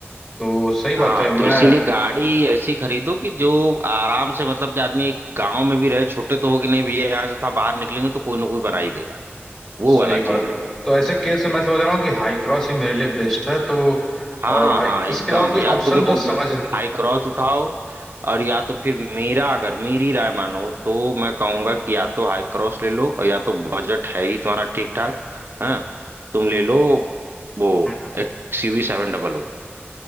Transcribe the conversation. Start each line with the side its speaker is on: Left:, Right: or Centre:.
Left: तो सही बात
Right: हाँ
Left: है मैं
Right: तो इसीलिए गाड़ी ऐसी खरीदो कि जो आराम से मतलब कि आदमी गांव में भी रहे छोटे तो हो कि नहीं भैया यहाँ से था बाहर निकलेंगे तो कोई ना कोई बना ही देगा वो
Left: सही
Right: वाला
Left: बात
Right: चीज रहे।
Left: तो ऐसे केस में मैं समझ रहा हूँ कि हाई क्रॉस ही मेरे लिए बेस्ट है तो
Right: हाँ
Left: और हाई
Right: हाँ एकदम
Left: इसके अलावा
Right: या
Left: कोई ऑप्शन
Right: तो देखो
Left: तो समझ
Right: हाई क्रॉस उठाओ और या तो फिर मेरा अगर मेरी राय मानो तो मैं कहूंगा कि या तो हाई क्रॉस ले लो और या तो बजट है ही तुम्हारा ठीक ठाक हाँ तुम ले लो वो
Left: हम्म,
Right: एक्सयूवी सेवन डबल ओ